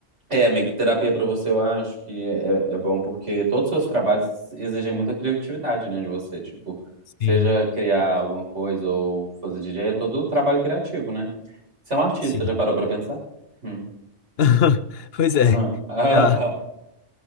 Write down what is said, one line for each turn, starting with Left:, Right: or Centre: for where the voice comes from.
Right: É, amigo, terapia pra você eu acho que é, é bom porque todos os seus trabalhos exigem muita criatividade, né, de você. Tipo,
Left: Sim,
Right: seja criar alguma coisa ou fazer DJ, é todo trabalho criativo, né? Você é um artista,
Left: sim.
Right: já parou pra pensar? Hum.
Left: <laughs> Pois
Right: <laughs>
Left: é. Tá.